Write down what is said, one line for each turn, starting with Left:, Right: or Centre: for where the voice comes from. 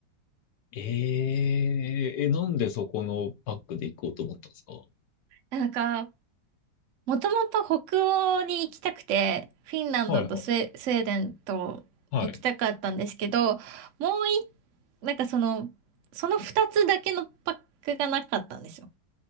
Left: えー、え、なんでそこのパックで行こうと思ったんですか
Right: なんか、もともと北欧に行きたくて、フィンランドとスウェ、
Left: はいはい。
Right: スウェーデンと行きたかったんですけど、
Left: はい。
Right: もうい、なんかその、その二つだけのパックがなかったんですよ。